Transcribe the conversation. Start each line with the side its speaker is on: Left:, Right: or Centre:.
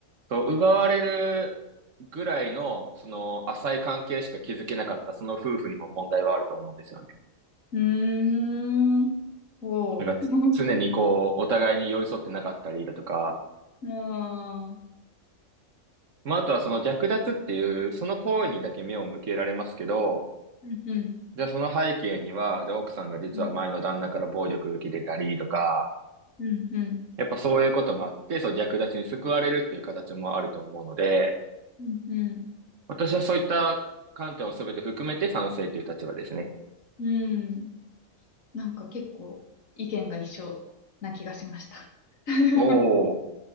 Right: そう、奪われるぐらいの、その、浅い関係しか築けなかった、その夫婦にも問題はあると思うんですよね。
Left: うーん。おう。
Right: なんか、つ常にこう、
Left: <laughs>
Right: お互いに寄り添ってなかったりだとか、
Left: ああ。
Right: まあ、あとはその略奪っていう、その行為にだけ目を向けられますけど、
Left: うんうん。
Right: じゃあその背景には、じゃあ奥さんが実は前の旦那から暴力を受けてたりとか、
Left: うんうんうん。
Right: やっぱそういうこともあって、そう、略奪に救われるっていう形もあると思うので、
Left: うんうん。
Right: 私はそういった観点を全て含めて賛成という立場ですね。
Left: うんなんか結構意見が一緒な気がしました。<laughs>
Right: おお。